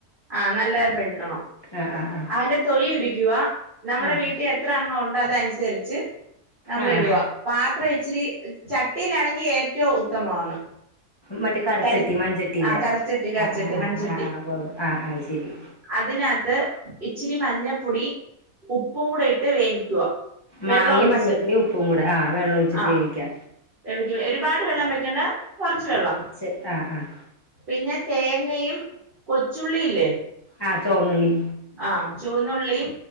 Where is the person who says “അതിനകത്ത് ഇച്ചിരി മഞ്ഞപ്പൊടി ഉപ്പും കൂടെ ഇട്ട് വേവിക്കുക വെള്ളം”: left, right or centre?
Right